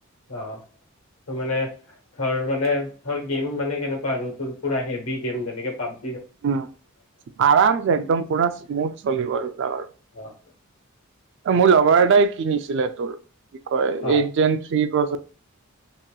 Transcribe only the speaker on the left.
অ', ত' মানে ধৰ মানে ধৰ গেম মানে কেনেকুৱা আৰু তোৰ পুৰা হেভি গেম যেনেকে পাব
অহ।
অ